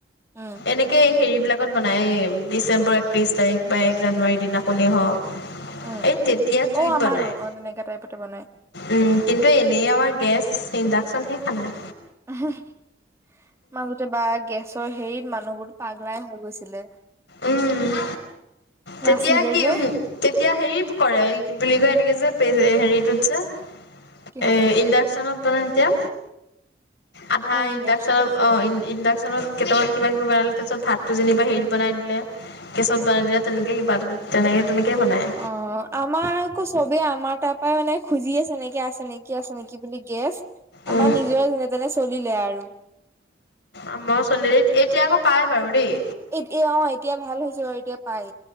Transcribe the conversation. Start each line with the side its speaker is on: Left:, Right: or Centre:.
Right: উম
Left: এনেকেই হেৰি বিলাকত বনায় ডিচেম্বৰ একত্ৰিছ তাৰিখ বা এক জানুৱাৰীৰ দিনাখনেই হওক
Right: উম,
Left: এই তেতিয়া জুইত
Right: অঁ আমাৰো
Left: বনায়
Right: অঁ তেনেকা টাইপত বনায়
Left: উম কিন্তু এনেই আমাৰ গেছ, ইণ্ডাকচন সেই খানাই।
Right: <unintelligible> মাজতে বা গেছ হেৰি মানুহবোৰটো পাগলাই হৈ গৈছিলে।
Left: উম'
Right: নাছিলে
Left: তেতিয়া কি
Right: যে
Left: তেতিয়া হেৰি কৰে। কি বুলি কয় এনেকে যে পেজ হেৰিটোত যে,
Right: কিহত
Left: এ ইণ্ডাকচনত <unintelligible> এতিয়া আধা
Right: অ ইণ্ডাকচন
Left: ইণ্ডাকচনৰ অঁ ইন ইণ্ডাক নত কেইটামান কিবা-কিবি বনালে তাৰ পিছত ভাত, তো যেনিবা হেৰিত বনাই দিলে। গেছত বনাই দিলে তেনেকে কিবা কিবি তেনেকে তেনেকেই বনায়
Right: অঁ' আমাৰ আকৌ চবেই আমাৰ তাৰপৰা মানে খুজি আছে নেকি, আছে নেকি, আছে নেকি বুলি গেছ।
Left: উম
Right: আমাৰ নিজৰে যেনে তেনে চলিলে আৰু।
Left: আমাৰ চলি এতিয়া আকৌ পাই বাৰু দেই।
Right: এতিয়া অঁ এতিয়া ভাল হৈছে বাৰু এতিয়া। পাই।